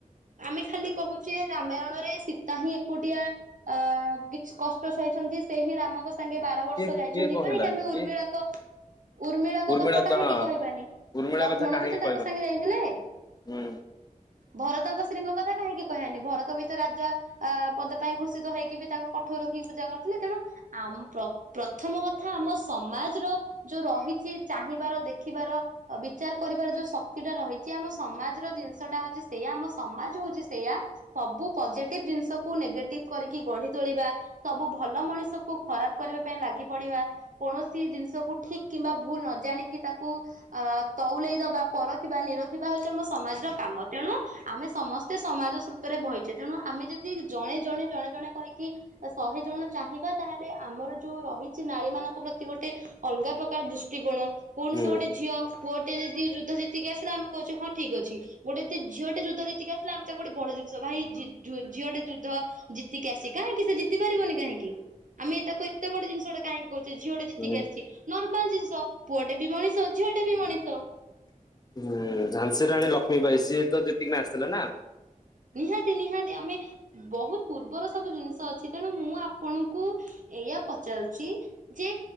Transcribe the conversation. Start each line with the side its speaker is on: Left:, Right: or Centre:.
Right: ଆମେ ଖାଲି କହୁଛେ ରାମାୟଣରେ ସୀତା ହିଁ ଏକୁଟିଆ ଅ କିଛି କଷ୍ଟ ସହି ଅଛନ୍ତି ସେହିି ରାମଙ୍କ ସାଙ୍ଗେ ବାର ବର୍ଷ
Left: କିଏ କିଏ
Right: ଯାଇଛନ୍ତି
Left: କହିଲା
Right: କାହିଁକି ଆମେ
Left: କିଏ
Right: ଉର୍ମିଳାଙ୍କ ଉର୍ମିଳାଙ୍କ
Left: ଉର୍ମିଳା
Right: କଥା କାହିଁକି
Left: ତ ହଁ
Right: କହିବାନି
Left: ଉର୍ମିଳା
Right: ଲକ୍ଷ୍ମଣ
Left: କଥା କାହିଁକି
Right: ବି ତ ତାଙ୍କ
Left: କହିବା
Right: ସାଙ୍ଗେ ଯାଇଥିଲେ
Left: ହୁଁ।
Right: ଭରତଙ୍କ ସ୍ତ୍ରୀଙ୍କ କଥା କାହିଁକି କହିବାନି ଭରତ ବି ତ ରାଜା ପଦ ପାଇଁ ଘୋଷିତ ହେଇକି ବି ତାଙ୍କ କଠଉ ରଖିକି ପୂଜା କରୁଥିଲେ ତେଣୁ ଆମ ପ୍ରଥମ କଥା ଆମ ସମାଜର ଯୋଉ ରହିଛି ଚାହିଁବାର ଦେଖିବାର ବିଚାର କରିବାର ଯୋଉ ଶକ୍ତିଟା ରହିଛି ଆମ ସମାଜର ଜିନିଷ ଟା ହଉଛି ସେଇୟା ଆମ ସମାଜ ହଉଛି ସେଇୟା ସବୁ ପଜିଟିଭ ଜିନିଷକୁ ନେଗେଟିଭ କରିକି ଗଢି ତୋଳିବା ସବୁ ଭ ଭଲ ମଣିଷକୁ ଖରାପ କରିବା ପାଇଁ ଲାଗି ପଡିବା କୌଣସି ଜିନିଷକୁ ଠିକ କିମ୍ବା ଭୁଲ ନ ଜାଣିକି ତାକୁ ଅ ତଉଲେଇ ଦବା ପରଖିବା ନିରଖିବା ହଉଛି ଆମ ସମାଜର କାମ ତେଣୁ ଆମେ ସମସ୍ତେ ସମାଜ ସ୍ରୋତରେ ବହିଛେ ତେଣୁ ଆମେ ଯଦି ଜଣେ ଜଣେ ଜଣେ ଜଣେ କହିକି ଶହେ ଜଣ। ଚାହିଁବା ତାହେଲେ ଆମର ଯୋଉ ରହିଛି ନାରୀ ମାନଙ୍କ ପ୍ରତି ଗୋଟେ ଅଲଗା ପ୍ରକାର ଦୃଷ୍ଟିକୋଣ କୌଣସି
Left: ହୁଁ
Right: ଗୋଟେ ଝିଅ ପୁଅଟେ ଯଦି ଯୁଦ୍ଧ ଜିତିକି ଆସିଲେ ଆମେ କହୁଛେ ହଁ ଠିକ୍ ଅଛି ଗୋଟେ ଝିଅ ଟେ ଯୁଦ୍ଧ ଜିତିକି ଆସିଲା ଆମେ ତାକୁ ଗୋଟେ ବଡ ଜିନିଷ ଭାଇ ଝିଅଟେ ଯୁଦ୍ଧ ଜିତିକି ଆସି କାହିଁକି ସେ ଜିତି ପାରିବନି କାହିଁକି। ଆମେ ତାକୁ ଏତେ ବଡ ଜିନିଷ ଟେ କାହିଁକି କହୁଛେ ଝିଅଟେ
Left: ହୁଁ
Right: ଜିତିକି ଆସିଛି ନର୍ମାଲ ଜିନିଷ ପୁଅଟେ ବି ମଣିଷ ଝିଅଟେ ବି ମଣିଷ।
Left: ହୁ ଝାନ୍ସୀ ରାଣୀ ଲକ୍ଷ୍ମୀ ବାଇ ସିଏ ତ ଜିତିକି ନା ଆସ ଥିଲେ ନା
Right: ନିହାତି ନିହାତି ଆମେ ବହୁତ ପୂର୍ବରୁ ସବୁ ଜିନିଷ ଅଛି ତେଣୁ ମୁଁ ଆପଣଙ୍କୁ ଏଇଆ ପଚାରୁଛି ଯେ